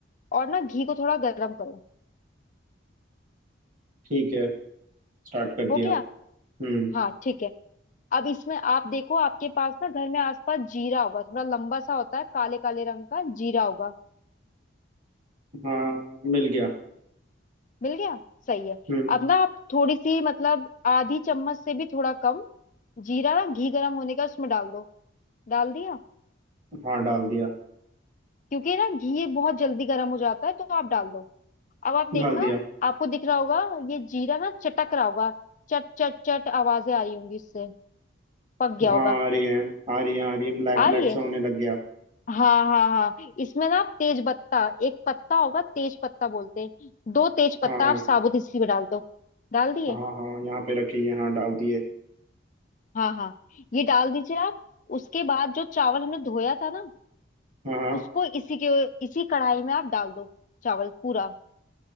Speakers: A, on the left; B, on the right.
A: और ना घी को थोड़ा गर्म करो
B: ठीक है स्टार्ट कर
A: हो
B: दिया
A: गया
B: हम्म
A: हाँ ठीक है अब इसमें आप देखो आपके पास ना घर में आसपास जीरा होगा थोड़ा लंबा सा होता है काले काले रंग का जीरा होगा
B: हाँ मिल गया
A: मिल गया सही है
B: हम्म
A: अब ना आप थोड़ी सी मतलब आधी चम्मच से भी थोड़ा कम जीरा ना घी गर्म होने का उसमें डाल दो डाल दिया
B: हाँ डाल दिया
A: क्योंकि ना घी बहुत जल्दी गर्म हो जाता है तो आप डाल दो अब आप देखना
B: डाल दिया
A: आपको दिख रहा होगा ये जीरा ना चटक रहा होगा चट चट चट आवाजें आ रही होंगी इससे पक गया
B: हाँ
A: होगा
B: आ रही है आ रही है आ रही है ब्लैक
A: आ
B: ब्लैक
A: रही है
B: सा होने लग गया
A: हाँ हाँ हाँ इसमें ना आप तेज पत्ता एक पत्ता होगा तेज पत्ता बोलते हैं दो तेज पत्ता
B: हाँ हाँ
A: आप साबुत इसी में डाल दो डाल दिए
B: हाँ हाँ यहाँ पे रखी है हाँ डाल दिए
A: हाँ हाँ ये डाल दीजिए आप उसके बाद जो चावल हमने धोया था ना
B: हाँ हाँ
A: उसको इसी के इसी कढ़ाई में आप डाल दो चावल पूरा